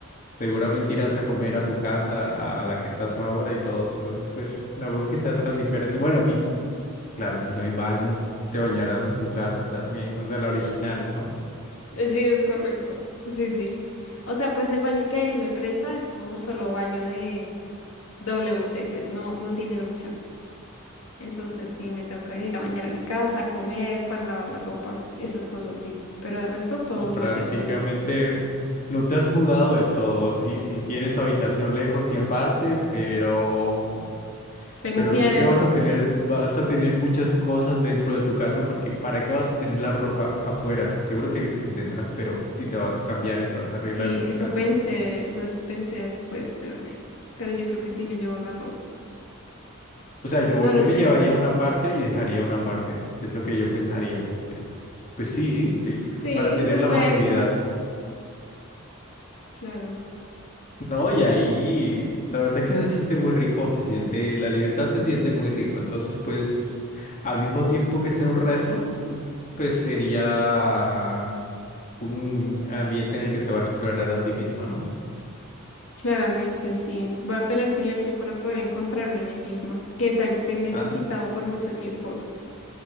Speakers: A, on the left; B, on the left.
A: Seguramente irás a comer a tu casa, a la que estás ahora y todo. Entonces, pues, tampoco es que sea tan diferente. Bueno, y claro, si no hay baño, te bañarás en tu casa también, o sea, la original, ¿no?
B: Eh, Sí, es correcto. Sí, sí. O sea, pues el baño que él me presta es como solo baño de WC, pues no, no tiene ducha. Entonces sí, me tengo que venir a bañar a mi casa, a comer, para lavar la ropa, esas cosas sí. Pero el resto todo
A: <laughs> Prácticamente
B: allá sola.
A: no te has mudado del todo, sí, sí tienes tu habitación lejos y aparte, pero...
B: Tengo
A: Pero
B: un pie
A: creo
B: adentro.
A: que vas a tener, vas a tener muchas cosas dentro de tu casa porque ¿para qué vas a tener la ropa afuera? Seguro te- que tendrás, pero si te vas a cambiar y te vas a arreglar
B: Sí,
A: en tu
B: eso
A: casa.
B: pensé, eso es- pensé después, pero, ay, pero yo creo que sí me llevo la ropa.
A: O sea, yo,
B: No
A: yo
B: lo sé.
A: me llevaría una parte y dejaría una parte. Es lo que yo pensaría. porque, pues sí, sí,
B: Sí,
A: para tener
B: pues
A: la
B: puede,
A: facilidad.
B: sí, claro.
A: No, y ahí la verdad es que se siente muy rico, se siente, la libertad se siente muy rico. Entonces, pues, al mismo tiempo que sea un reto, pues sería un ambiente en el que te vas a explorar a ti misma, ¿no?
B: Claramente sí. Voy a tener silencio para poder encontrarme a mí misma, que es algo que he necesitado
A: Ah,
B: por mucho tiempo. <laughs>